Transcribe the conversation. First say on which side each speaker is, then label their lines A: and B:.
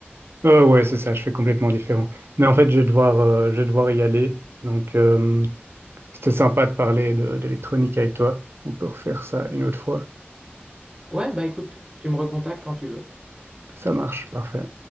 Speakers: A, on the right; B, on the right.
A: Euh, ouais, c'est ça, je fais complètement différent. Mais en fait, je vais devoir, euh, je vais devoir y aller. Donc, euh, c'était sympa de parler de- d'électronique avec toi. On peut refaire ça une autre fois.
B: Ouais, bah écoute, tu me recontactes quand tu veux.
A: Ça marche, parfait.